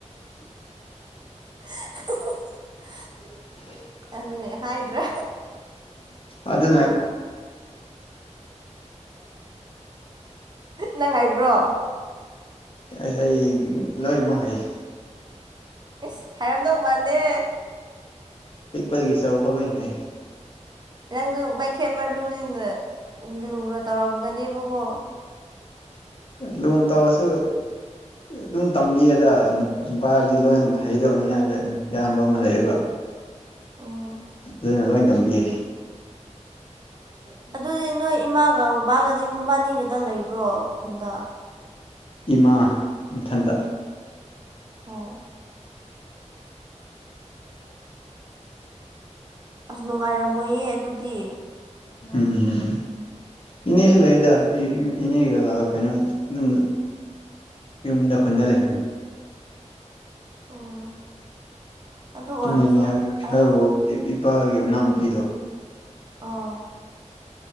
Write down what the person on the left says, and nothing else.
ꯎ
ꯑꯗꯨ ꯑꯗꯨ ꯃ
ꯑꯁ ꯑꯩ ꯂꯣꯏꯃꯣ ꯍꯥꯏꯌꯦ
ꯄꯤꯛꯄꯒꯤꯁꯕꯨ ꯐꯂꯣ ꯍꯥꯏ
ꯂꯨ ꯇꯧꯔꯁꯨ ꯑꯗꯨꯝ ꯇꯝꯕꯤꯌꯦꯗ ꯄꯥꯏꯕꯗꯤ ꯂꯣꯏ ꯍꯩꯇꯕꯅꯤ ꯍꯥꯏꯕꯁ ꯑꯗꯨꯝ ꯏꯌꯥꯝꯕ ꯑꯃ ꯂꯩꯌꯦꯕ
ꯑꯗꯨꯅ ꯂꯣꯏ ꯇꯝꯕꯤꯌꯦ ꯑ
ꯏꯃꯥ ꯃꯊꯟꯗ
ꯎꯝ ꯏꯅꯦꯁꯂꯗ ꯏꯅꯦꯒ ꯀꯩꯅꯣ ꯑꯗꯨꯝ ꯌꯨꯝꯗ ꯈꯨꯟꯗ ꯂꯩ
ꯅꯤꯡꯉꯤ ꯍꯥꯏ
ꯍꯥꯏꯕꯨ ꯏꯄꯥꯒꯤ ꯃꯅꯥꯎꯅꯨꯄꯤꯗꯣ